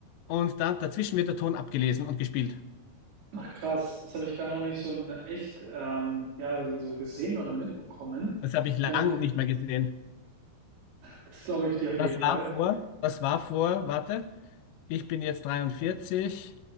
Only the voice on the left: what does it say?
und dann dazwischen wird der Ton abgelesen und gespielt.
Das habe ich
lang
nicht mehr gesehen.
Das
war vor, das war vor, warte, ich bin jetzt 43.